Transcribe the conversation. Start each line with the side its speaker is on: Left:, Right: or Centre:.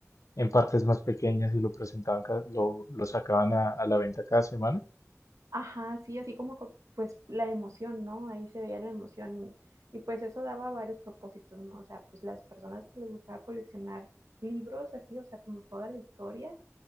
Left: en partes más pequeñas y lo presentaban, ca- lo, lo sacaban a, a la venta cada semana.
Right: ajá, sí, así como, co- pues la emoción, ¿no? Ahí se veía la emoción y, y pues eso daba varios propósitos, ¿no? O sea, pues las personas que les gustaba coleccionar libros, así, o sea, como toda la historia